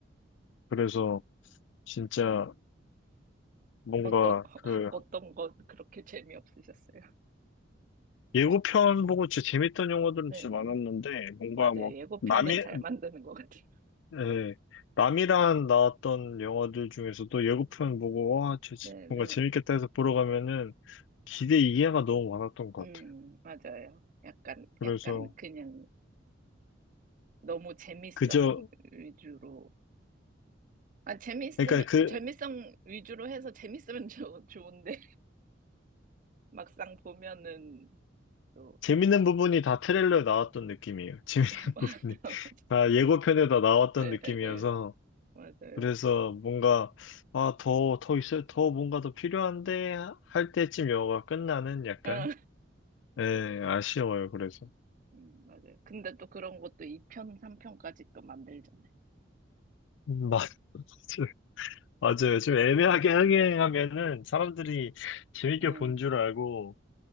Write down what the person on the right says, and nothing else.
어떤, <laughs>
어떤 건 그렇게 재미없으셨어요? <laughs>
네,
네.
맞아요.
예고편은
잘 만드는 것 같아요. <laughs>
네, 네.
음,
맞아요. 약간,
약간 그냥 너무 재미성
위주로. 아, 재밌으면,
재미성 위주로 해서 재밌으면 좋, 좋은데, <laughs> 막상 보면은 또,
<laughs>
맞아요.
예,
예, 예. 맞아요.
아,
음, 맞아요. 근데 또 그런 것도 2편, 3편까지 또 만들잖아요.
음,